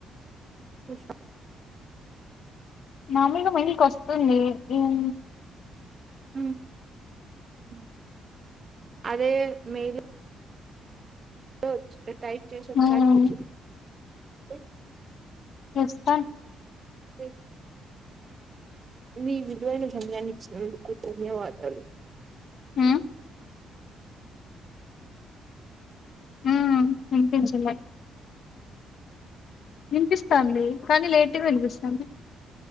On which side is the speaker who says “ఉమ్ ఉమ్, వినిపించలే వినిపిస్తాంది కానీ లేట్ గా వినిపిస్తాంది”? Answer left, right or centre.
Left